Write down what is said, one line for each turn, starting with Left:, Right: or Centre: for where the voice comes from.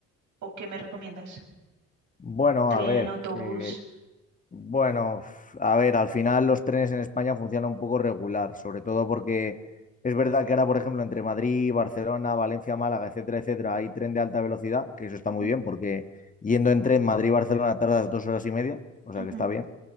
Right: ¿O qué me recomiendas?
Left: Bueno,
Right: Tren,
Left: a ver,
Right: autobús.
Left: eh, Bueno, f- a ver, al final los trenes en España funcionan un poco regular, sobre todo porque es verdad que ahora, por ejemplo, entre Madrid, Barcelona, Valencia, Málaga, etcétera, etcétera, hay tren de alta velocidad, que eso está
Right: Ujú,
Left: muy bien, porque yendo en tren Madrid-Barcelona tardas dos horas y media, o sea
Right: ujú,
Left: que está bien,